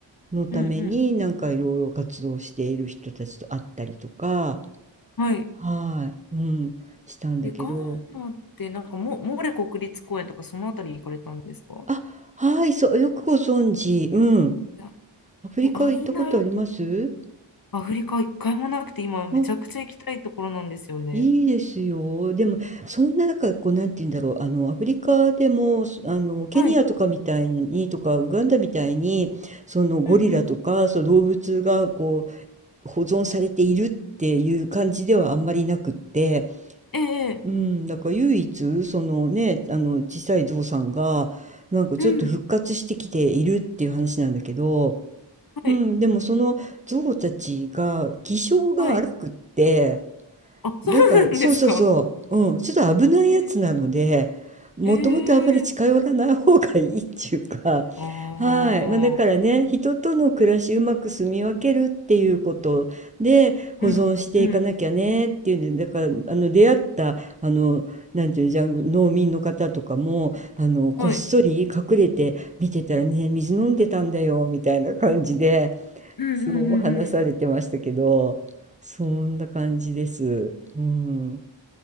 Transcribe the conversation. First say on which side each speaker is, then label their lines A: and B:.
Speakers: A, on the right; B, on the left.
A: のためになんかいろいろ活動している人たちと会ったりとか、
B: うんうん。はい。
A: はい、うん、したんだけど、
B: え、ガーナって、なんかモ、モレ国立公園とかそのあたり行かれたんですか
A: あ、はい、そう、よくご存知、うん、
B: いや、
A: アフリカ行ったことあります
B: そうあ、いいな。アフリカ一回もなくて、今めちゃくちゃ行きたいところなんですよね。
A: あ、いいですよ。でも、そんな中、こう、なんて言うんだろう、あの、アフリカでも、そあの、ケニアとかみたいに、
B: はい
A: とか、ウガンダみたいに、そのゴリラとか、
B: うんうん。
A: そう、動物が、こう、保存されているっていう感じではあんまりなくって、
B: ええ、
A: うん、
B: ええ
A: だから唯一そのねあの小さいゾウさんがなんかちょっと復活してきているっていう話なんだけど、
B: うん。はい、
A: うん、でもそのゾウたちが気性が荒くって
B: はい。あ、そうなんですか。
A: なんか、そうそうそう、うん、ちょっと危ないやつなので、
B: え
A: もともとあまり近寄らない方がいいっていうか、
B: え、ええ。ああ、
A: はい。まあだからね、人との暮らしうまく住み分けるっていうことで保存していかなきゃねっていうんで、
B: うん、うん。
A: だから、あの、出会った、あの、なんていうの、ジャングル、農民の方とかも、あの、こっそり隠れて見てたらね、
B: はい。
A: 水飲んでたんだよ、みたいな感じで、
B: うん、
A: そう話されてましたけど、
B: うん、うん、うん。
A: そんな感じです。うん。